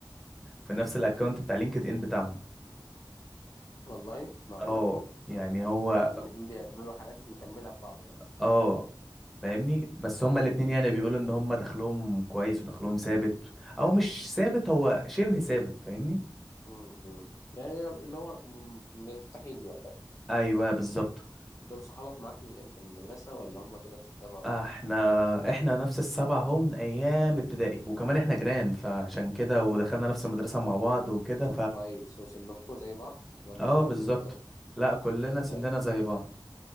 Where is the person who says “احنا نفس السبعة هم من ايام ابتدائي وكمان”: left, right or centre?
Centre